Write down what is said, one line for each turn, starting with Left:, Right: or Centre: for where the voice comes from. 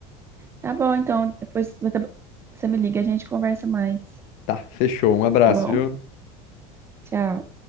Right: Tá bom, então, depois você você me liga, a gente conversa mais,
Left: Tá, fechou. Um abraço,
Right: tá bom?
Left: viu?
Right: Tchau.